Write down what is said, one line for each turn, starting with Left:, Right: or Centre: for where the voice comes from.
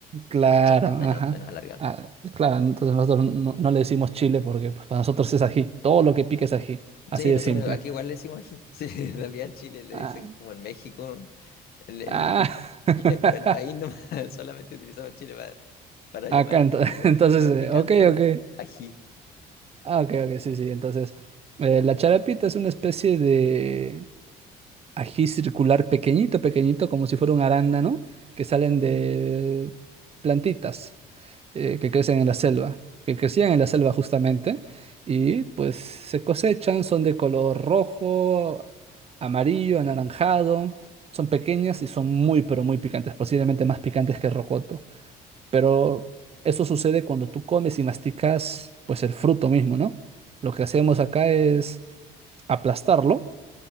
Right: Claro,
Left: más chata,
Right: ajá.
Left: menos, menos alargada.
Right: Ah, claro, entonces nosotros no, no le decimos chile porque pues, para nosotros es ají, todo lo que pica es ají, así
Left: Sí,
Right: de
Left: nosotros
Right: simple.
Left: aquí igual le decimos ají. Sí, <laughs> en realidad Chile le
Right: Ah,
Left: dicen como en México. El, el-
Right: ah.
Left: <laughs>
Right: <laughs>
Left: Chile es para el país nomás, <laughs> solamente utilizamos Chile para... para llamar
Right: Acá,
Left: a
Right: ento-
Left: nuestro
Right: <laughs>
Left: país.
Right: entonces,
Left: Pero
Right: eh,
Left: picante,
Right: ok, ok.
Left: ají.
Right: Ah, ok, ok, sí, sí. Entonces, eh, la charapita es una especie de ají circular pequeñito, pequeñito, como si fuera un arándano, que salen de plantitas eh, que crecen en la selva, que crecían en la selva justamente,
Left: Ok,
Right: y pues se cosechan, son de color rojo, amarillo, anaranjado, son pequeñas y son muy, pero muy picantes, posiblemente más picantes que rocoto. Pero eso sucede cuando tú comes y masticas pues el fruto mismo, ¿no? Lo que hacemos acá es aplastarlo,